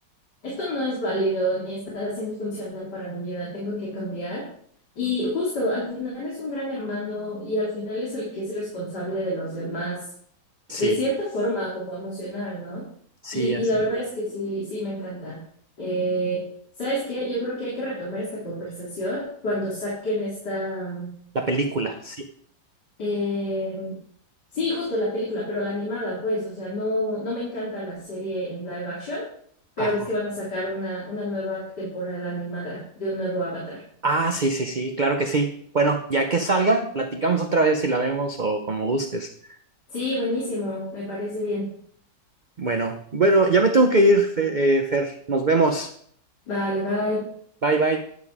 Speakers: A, on the left; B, on the right.
A: esto no es válido ni está siendo funcional para mi vida, tengo que cambiar. Y justo al final es un gran hermano y al final es el que es responsable de los demás,
B: Sí,
A: de cierta forma como emocional, ¿no?
B: sí,
A: Y,
B: así.
A: y la verdad es que sí, sí me encanta. Eh, ¿sabes qué? Yo creo que hay que retomar esta conversación cuando saquen esta...
B: La película, sí.
A: Eh, sí, justo la película, pero la animada, pues, o sea, no, no me encanta la serie en live action, pero
B: Ajá.
A: ves que van a sacar una, una nueva temporada animada de un nuevo Avatar.
B: Ah, sí, sí, sí, claro que sí. Bueno, ya que salga, platicamos otra vez si la vemos o como gustes.
A: Sí, buenísimo, me parece bien.
B: Bueno, bueno, ya me tengo que ir, Fe- eh, Fer. Nos vemos.
A: Vale, bye.
B: Bye, bye.